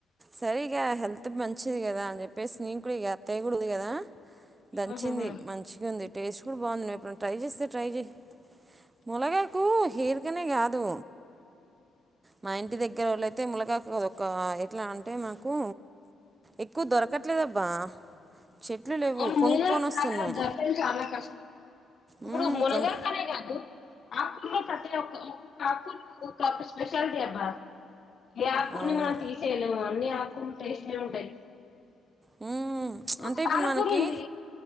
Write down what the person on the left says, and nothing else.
ఆహాహా
అ
ములగాకు
బ్రతకడం చాల కష్టం ఇప్పుడు
మునగాకనే
కాదు ఆకు కూరల్లో ప్రతి ఒక్క ఆకులు ఒకప్పుడు స్పెషల్ డే బ్బా ఏ ఆకుని
మనం తీసేయలేం అన్నిీ ఆకులు టేస్ట్ నే ఉంటాయి
ఇప్పుడు
పాలకూర
ఉంది